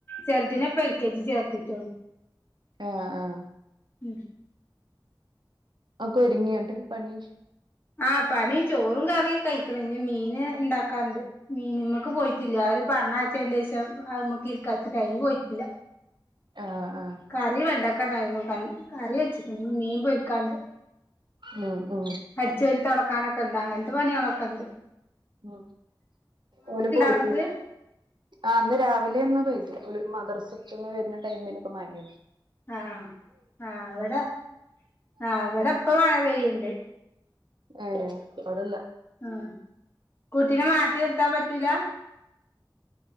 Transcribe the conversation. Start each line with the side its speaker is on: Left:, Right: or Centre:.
Left: ചെറുതന്പ്പ എക്കേജി ചേർത്തിട്ടള്ളു
Right: ആഹ ആഹ
Left: ഉം
Right: ആക്കരങ്ങാൻട്ട പനീഷ്
Left: ആഹ് പന ചോറും കറിയൊക്കെ കയിക്കണ ഇ മീന് ഉണ്ടാക്കാുണ്ട് മീൻ നിമ്മക്ക് പോയിട്ടില്ലരും പറഞ്ഞച്ച അതിന്ശം അമക്ക് ഇരിക്ക വച്ചിട്ട് അതിന് പോയിട്ടില്ല
Right: ആ ആ
Left: കറി വ ഉണ്ടാക്കാണ്ടായിരുന്നു പ കറി വെച്ചി മീൻ പൊരിക്കാണ്ട്
Right: ഉം ഉം
Left: അരിച്ചരു തുടക്കാനക്കണ്ടാങ്ങന്ത് പണി ഉണക്കണ്ട്
Right: ഉ ഓല് പോയി
Left: അവ്ട്ക്ക്?
Right: ആന്ന് രാവിലൊന്ന് പെയ്തു ഇബൽ മദ്രസ്സ് ട്ട് വേര്ണ ടൈമിൽ മായെണി.
Left: ആഹ ആ ഇവിടെ ആ ഇ വിടെ പ്പ മഴ പെയ്യുണ്ട്
Right: ആ ആയിക്കോട്ടെന്ന
Left: ആ കുട്ടിനെ മാറ്റി തീർത്താൻ പറ്റൂല.